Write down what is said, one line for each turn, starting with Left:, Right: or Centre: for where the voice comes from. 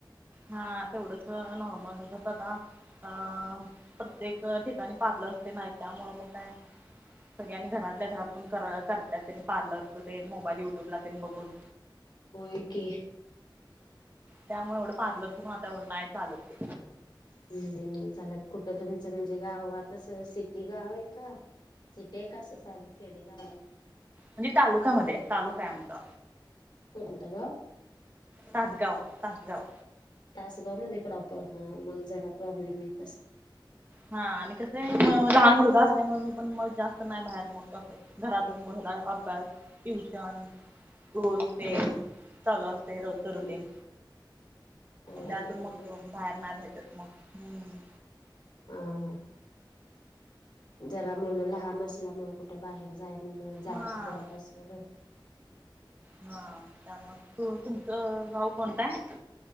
Right: हा तेवढंच नॉर्मल जातात अ प्रत्येक ठिकाणी पार्लर असते नाही त्यामुळ मग काय सगळ्यांनी घरातल्या घरात पण करतात त्यांनी पार्लरच ते मोबाईल युट्यूबला त्यांनी बघून
Left: हो की.
Right: त्यामुळे एवढं पार्लरच मग आता एवढं नाही चालत ते.
Left: नाही नाही चालात कुठं तुमचं म्हणजे गाव तस सिटी गाव आहे का? सिटे कसं चाले खेडे गावा
Right: म्हणजे तालुक्यामध्ये तालुका आहे आमचा.
Left: कोणत गाव?
Right: तासगाव, तासगाव
Left: तासगाव मध्ये प्रॉपर हा मग जरा प्रॉब्लेम येत असतील.
Right: हा आणि कसं आहे लहान मुलगा असल्यामुळे मी पण मग जास्त नाही बाहेर म अस घरातच मग काय अभ्यास, ट्यूशन स्कूल ते
Left: होय
Right: चालू असते
Left: होय
Right: रोजच
Left: की
Right: रुटींग
Left: होय
Right: त्यातून
Left: बरोबर
Right: मग
Left: आहे.
Right: बाहेर नाही भेटत मग हम्म.
Left: हा हा. जरा मुलं लहान असल्यामुळे कुठं बाहेर जाय जायच
Right: हा
Left: जरा पॉसिबल हो
Right: हा त्यामुळ तू तुमचं गाव कोणतंय?